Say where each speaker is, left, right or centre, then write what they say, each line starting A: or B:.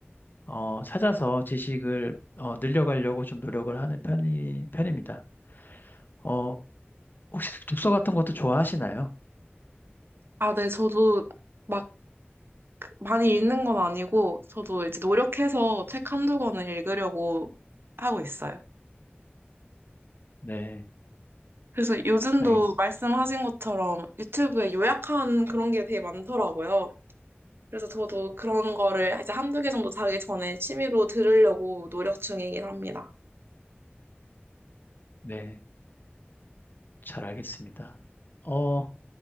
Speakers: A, on the left; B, on the right.
A: 어, 찾아서 지식을 어, 늘려가려고 좀 노력을 하는 편이, 편입니다. 어, 혹시 독서 같은 것도 좋아하시나요?
B: 아, 네. 저도 막 많이 읽는 건 아니고, 저도 이제 노력해서 책 한두 권을 읽으려고 하고 있어요.
A: 네,
B: 그래서 요즘도
A: 알겠습니다.
B: 말씀하신 것처럼 유튜브에 요약한 그런 게 되게 많더라고요. 그래서 저도 그런 거를 이제 한두 개 정도 자기 전에 취미로 들으려고 노력 중이긴 합니다.
A: 네, 잘 알겠습니다. 어,